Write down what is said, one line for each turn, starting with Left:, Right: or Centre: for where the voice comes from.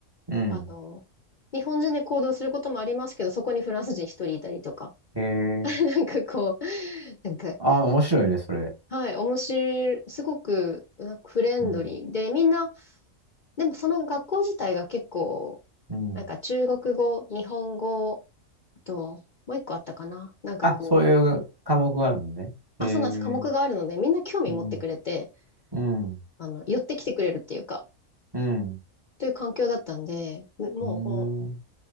Right: うん。
Left: あの、日本人で行動することもありますけど、そこにフランス人一人いたりとか、
Right: へえ。
Left: <laughs> なんかこう、なんか、
Right: ああ、面白いね、それ。
Left: はい、面白い、すごくなんかフレンドリーで、
Right: うん、
Left: みんな、でもその学校自体が結構、
Right: うん。
Left: なんか中国語、日本語、あと、もう一個あったかな。なんかこう、
Right: あ、そういう科目があるのね。
Left: あ、
Right: へえ。
Left: そうなんです。科目があるので、みんな興味持ってくれて、
Right: うん、うん、
Left: あの、寄ってきてくれるっていうか、
Right: うん。
Left: という環境だったんで、もうこ
Right: うーん。